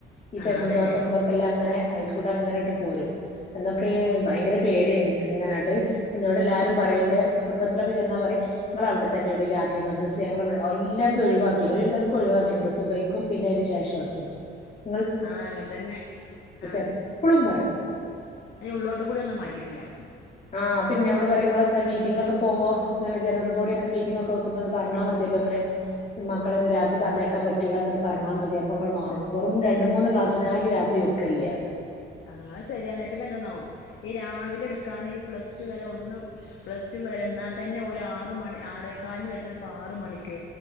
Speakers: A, on the left; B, on the left.
A: ഈ
B: ആഹ്
A: തെങ്ങും
B: അതന്നെ
A: തോട്ടം ഇതോക്കെ ഇല്ല അങ്ങനെ അയിക്കൂടെ അങ്ങനെ
B: ഉം
A: ഇട്ട് പോരും അന്നൊക്കെ ഭയങ്കര പേടിയേയ്ന്ന് ഇൻക്ക് ഇങ്ങനട്ട് ന്നോട് എല്ലാരും
B: ഉം
A: പറയണ്ട് കുടുംബ നിങ്ങൾ ഒക്കെ ചെന്നാ പറയും നിങ്ങളെ അവിടെ തന്നെ ഉള്ളൂ രാത്രി മദ്രസെ ഞങ്ങടെ ഇവിടെ എല്ലാടത്തും ഒഴിവാക്കിയല്ലോ ഒരുവിധം- ഒഴിവാക്കണൂ സുബയ്ക്കും പിന്നെ അതിന് ശേഷവാക്കി ക്കിം
B: ആ അങ്ങനെ തന്നെ ആ
A: എപ്പളും പറയും
B: അ ഉള്ളോട്ട് കൂടി ഒന്നും മാറ്റിയിട്ടില്ല
A: ആഹ് പിന്നോട്യങ്ങള്
B: കൊറച്ചൊക്കെ
A: എന്താ മീറ്റിങ്ങൊക്കെ പോവോ അങ്ങന ജനറൽ ബോഡി അങ്ങനെ മീറ്റിംഗ് ഒക്കെ പറഞ്ഞാൽ മതി എന്തലും അങ്ങനെ മകളെയൊന്നും രാത്രി പറഞ്ഞേക്കാൻ പറ്റൂ എന്ന പറഞ്ഞാൽ മതി അപ്പൊ അ മാറും വെറും രണ്ടു മൂന്ന് ക്ലാസ്സിനായി രാത്രി വെക്കല്ലേ
B: ആഹത് ശരിയാണ് പിന്നെ എന്താെന്നോ ഈ രാവിലെ എടുക്കാൻ ഈ പ്ലസ് ടു വരെ ഒന്നും പ്ലസ് ടു വരെ എന്നാൽ തന്നെ ഓല ആറ് മണി ആറേകാലിന് വെച്ചതിപ്പ ആറ് മണിക്ക്